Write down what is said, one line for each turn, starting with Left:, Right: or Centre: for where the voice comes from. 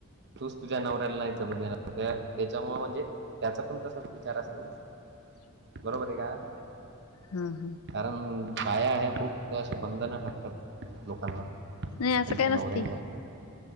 Right: तूच तुझ्या नवऱ्याला नाय जगू देणार ते त्याच्यामुळ म्हणजे त्याचा पण तसच विचार असल
Left: <unintelligible>
Right: बरोबर ये का?
Left: हं हं
Right: कारण बाया हया खूप अस बंधन टाकतात लोकांवर त्यांच्या
Left: नाही असं काय नसते.
Right: नवऱ्यांवर